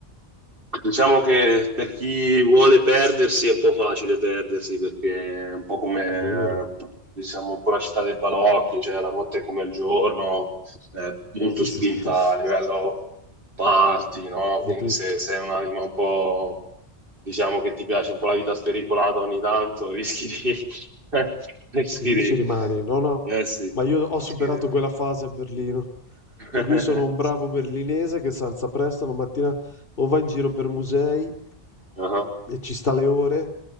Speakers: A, on the right; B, on the left.
A: diciamo che per chi vuole perdersi è un po' facile perdersi perché è un po' come,
B: vero.
A: eh, diciamo, un po' la città dei balocchi, cioè la notte è come il giorno,
B: Sì, sì.
A: eh, molto
B: Sì,
A: spinta
B: sì, sì. <laughs>
A: a livello party, no?
B: Di
A: Quindi
B: tutto.
A: se sei un'anima un po', diciamo che ti piace un po' la vita spericolata ogni tanto, rischi di... <laughs> rischi
B: Lì
A: di...
B: ci rimani, no, no.
A: Eh sì,
B: Ma io ho
A: rischi
B: superato
A: di...
B: quella fase a Berlino.
A: <laughs>
B: Per cui sono un bravo berlinese che si alza presto la mattina o va in giro per musei
A: Ah.
B: e ci sta le ore.